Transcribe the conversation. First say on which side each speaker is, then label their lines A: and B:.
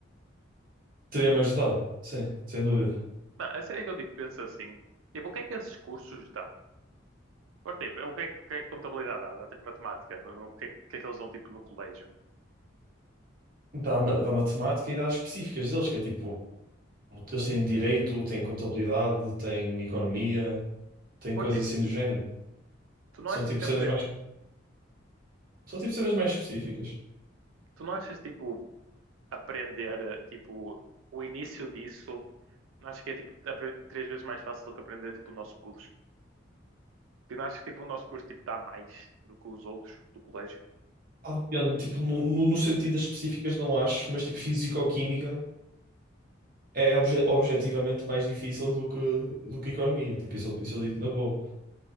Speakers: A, on the right; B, on the right.
A: teria-me ajudado, sim, sem dúvida.
B: Não, a sério é que eu tipo, penso assim, tipo, o que é que esses cursos dão? Por tipo, o que é, que o que é que contabilidade dá? Dá tipo matemática, o que é, o que é que eles dão tipo no colégio?
A: Da, ma- da matemática e das específicas deles, que é tipo, eles têm direito, têm contabilidade, têm economia, têm
B: Por
A: coisas
B: tipo,
A: assim do género.
B: tu não
A: São
B: achas
A: tipo
B: que aprendes,
A: cenas mais, são tipo cenas mais específicas.
B: tu não achas tipo aprender, eh, tipo, o início disso, acho que é tipo apre- três vezes mais fácil do que aprender tipo o nosso curso. Tu não achas que tipo o nosso curso tipo dá mais do que os outros do colégio?
A: Ah, depende, tipo, no, no, no sentido das específicas não acho, mas tipo físico-química. é obje- objetivamente mais difícil do que, do que economia. Tipo, isso, eu- isso eu digo na boa.